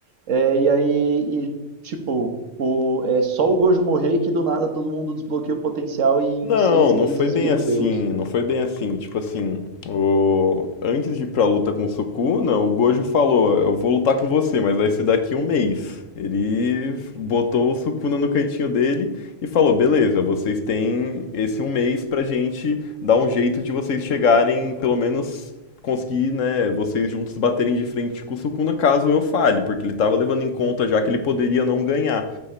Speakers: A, on the right; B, on the left.
A: é, e aí, e, tipo, o, é só o Gojo morrer que do nada todo mundo desbloqueia o potencial e em
B: Não,
A: seis
B: não
A: meses
B: foi bem
A: vira
B: assim,
A: um deus.
B: não foi bem assim. Tipo assim, o- antes de ir pra luta com o Sukuna, o Gojo falou: Eu vou lutar com você, mas vai ser daqui um mês. Ele botou o Sukuna no cantinho dele e falou: Beleza, vocês têm esse um mês pra gente dar um jeito de vocês chegarem, pelo menos conseguir, né, vocês juntos baterem de frente com o Sukuna caso eu falhe, porque ele tava levando em conta já que ele poderia não ganhar.